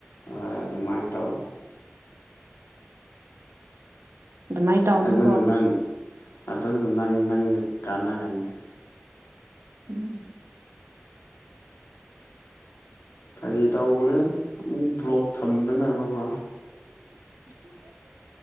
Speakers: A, on the left (about 80°); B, on the right (about 75°).
A: ꯍꯣꯏ ꯑꯗꯨꯃꯥꯏꯅ ꯇꯧ
B: ꯑꯗꯨꯃꯥꯏꯅ ꯇꯧꯅꯨꯀꯣ
A: ꯑꯗꯨꯅ ꯅꯪ ꯑꯗꯨꯅ ꯅꯪ ꯅꯪꯒ ꯀꯥꯟꯅꯒꯅꯤ
B: ꯎꯝ
A: ꯐꯒꯤ ꯇꯧꯕꯅꯦ ꯑꯃꯨꯛ ꯕ꯭ꯂꯣꯛ ꯊꯝꯗꯅꯕꯀꯣ